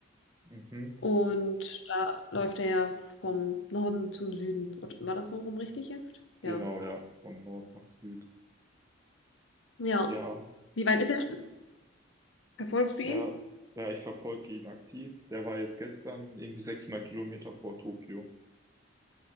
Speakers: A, on the right (about 15°); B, on the left (about 85°).
A: Mhm.
B: und da läuft er ja vom Norden zum Süden. Und War das so rum richtig jetzt?
A: Genau,
B: Ja.
A: ja, von Nord nach Süd.
B: Ja.
A: Ja,
B: Wie weit ist er schon? Verfolgst du
A: der,
B: ihn?
A: ja, ich verfolge ihn aktiv. Der war jetzt gestern irgendwie 600 Kilometer vor Tokio.